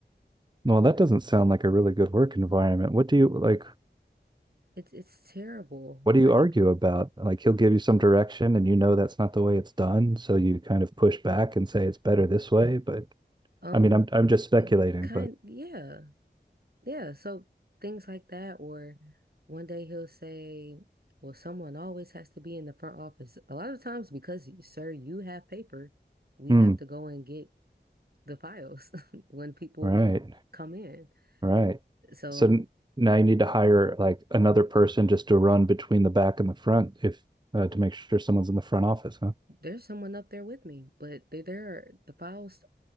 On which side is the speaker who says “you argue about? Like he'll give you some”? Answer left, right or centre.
Right